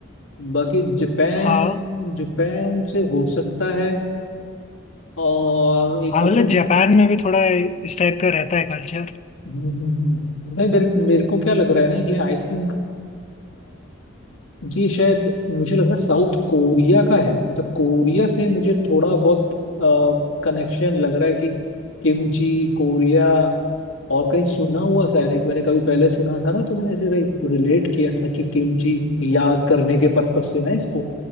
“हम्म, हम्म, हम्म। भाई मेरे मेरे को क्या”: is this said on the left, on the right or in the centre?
Left